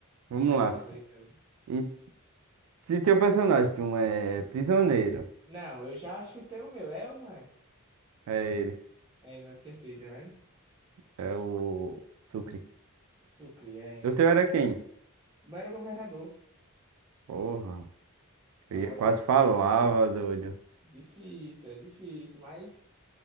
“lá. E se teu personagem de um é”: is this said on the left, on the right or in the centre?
Right